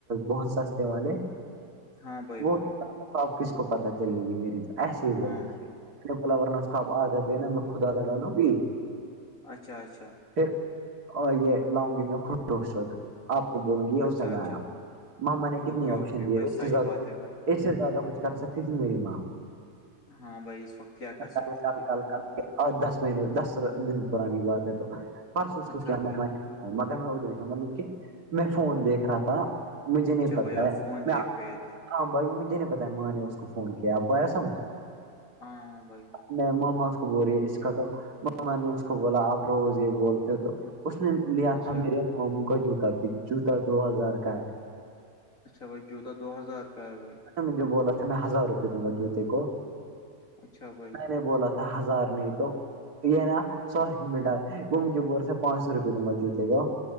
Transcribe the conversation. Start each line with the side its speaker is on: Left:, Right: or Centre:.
Right: بہت سستے والے
Left: ہاں بھائی
Right: وہ
Left: بھائی
Right: تواب کس کو پتا چلے گی میری ایسے ہی بولا
Left: ہاں بھائی
Right: <unintelligible>
Left: اچھا اچھا
Right: پھر اور یہ لاؤں گی میں خدٹوسٹ آپ کو بولوں گی اس
Left: اچھا
Right: نے لایا
Left: اچھا
Right: مما نے کتنی
Left: اوکے اوکے
Right: آپشن دیے
Left: بھائی
Right: اس
Left: سچ
Right: سے زیادہ
Left: بات
Right: کچھ
Left: ہے بھائی
Right: اس سے زیادہ کچھ کر سکتی تھی میری ماں
Left: ہاں بھائی اس وقت کیا
Right: ا
Left: کر سکتی
Right: چھا
Left: تھی
Right: کل کل
Left: بھائی
Right: کل آ ٹھ دس مہینے دس دن پرانی بات اہ اس
Left: اچھا
Right: کو کیا
Left: بھائی
Right: معنی مگر میں ادھر ہی تھا مطلب کہ میں فون دیکھ رہا تھا مجھے
Left: اچھا
Right: نہیں پتا
Left: بھائی آپ فون
Right: کیا
Left: دیکھ رہے تھے
Right: ہاں بھائی مجھے نہیں پتا ماں نے اس کو فون کیا آپ کویا سمجھ
Left: ہاں ود
Right: میں مما اس کو بول رہی ہے اس کا تو مما نے اس کو بولا آپ روز یہ بولتے ہو تو اس میں لیا
Left: اچھا
Right: تھا میرے مامو کا جوتا بھی جوتا دو ہزار کا ہے
Left: اچھا بھائ جوتادو ہزار کا ہےبھائی
Right: مجھے بولا تھا میں ہزار روپئے دوں گا جوتے کو
Left: اچھا بھائی
Right: میں نے بولا تھا ہزار نہیں تو یہ میرا سو ہی ڈال وہ مجھے بول ر ہاتھا پانچ سو روپے دوں گا جوتے کو